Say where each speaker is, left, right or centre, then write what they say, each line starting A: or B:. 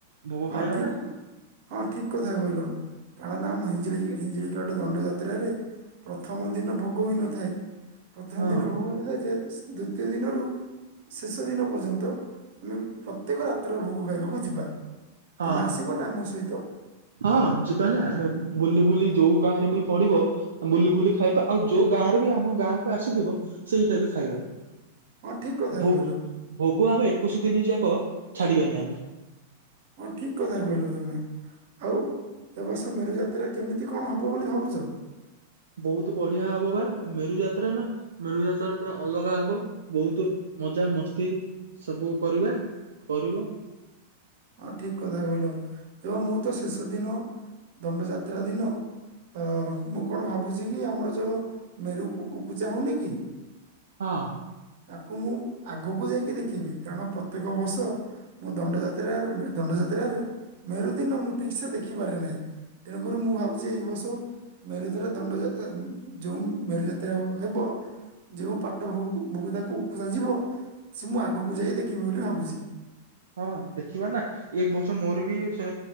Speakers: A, on the right; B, on the right.
A: ଭୋଗ
B: ହଁ
A: ଖାଇବା
B: ଠିକ
A: ନା
B: ହଁ ଠିକ କଥା କହିଲ। କାରଣ ଆମ ହ ହିଞ୍ଜିଳିିକାଟ ଦଣ୍ଡ ଯାତ୍ରାରେ ପ୍ରଥମ ଦିନ ଭୋଗ ହୋଇନଥାଏ। ପ୍ରଥମ
A: ହଁ
B: ଦିନ ଭବନି ରେ ଦ୍ଵିତୀୟ ଦିନରୁ ଶେଷ ଦିନ ପର୍ଯ୍ୟନ୍ତ ଆମେ ପ୍ରତ୍ୟେକ ରାତ୍ର ଭୋଗ ଖାଇବାକୁ ଯିବା।
A: ହଁ
B: ତମେ ଆସିବ ନା ମୋ ସହିତ?
A: ହଁ ଯିବା ନା ଆମେ ବୁଲି ବୁଲି ଯୋଉ ଗାରେ ବି ପଡିବ ବୁଲି ବୁଲି ଖାଇବା ଆଉ ଯୋଉ ଗାଁରୁ ବି ଆମ ଗାଁକୁ ଆସିଥିବ ସେଇଟା ବି ଖାଇବା।
B: ହଁ ଠିକ କଥା
A: ଭୋ
B: କହିଲ
A: ଭୋଗ ଆମେ ଏକୋଇଶ ଦିନ ଯାକ ଛାଡିବାନି ଆମେ
B: ହଁ ଠିକ କଥା କହିଲ ତୁମେ। ଆଉ ଏ ବର୍ଷ ମେରୁଜାତ୍ରାରେ କେମିତି କଣ ହବ ବୋଲି ଭାବୁଛ?
A: ବହୁତୁ ବଢିଆ ହବ ବା ମେରୁ ଯାତ୍ରା ନା ମେରୁ ଯାତ୍ରା ପୁରା ଅଲଗା ହବ ବହୁତୁ ମଜା ମସ୍ତି ସବୁ କରିବା କରିବ।
B: ହଁ ଠିକ କଥା କହିଲ ଏବଂ ମୁଁ ତ ଶେଷ ଦିନ ଦଣ୍ଡ ଯାତ୍ରା ଦିନ ଅ ମୁଁ କଣ ଭାବୁଛି କି ଆମର ଯୋଉ ମେରୁ ଉ ପୂଜା ହଉନି କି
A: ହଁ।
B: ତାକୁ ମୁଁ ଆଗକୁ ଯାଇକି ଦେଖିବି କାରଣ ପ୍ରତ୍ୟେକ ବର୍ଷ ମୁଁ ଦଣ୍ଡ ଜାତ ତ୍ରା ଦଣ୍ଡ ଯାତ୍ରାରେ ମେରୁଦିନ ମୁଁ ଠିକ ସେ ଦେଖିପାରେ ନାହିଁ। ତେଣୁକରି ମୁଁ ଭାବୁଛି ଏଇ ବର୍ଷ ମେରୁଦରେ ଦଣ୍ଡ ଯୋଉ ମେରୁଯାତ୍ରା ହେବ ଯୋଉ ପାଟ ଭୁ ଭୁଗୁଦାକୁ ଉକୁଜା ଯିବ ସେ ମୁଁ ଆଗକୁ ଯାଇ ଦେଖିବି ବୋଲି ଭାବୁଛି।
A: ହଁ ଦେଖିବା ନା ଏଇ ବର୍ଷ ମୋର ବି ସେ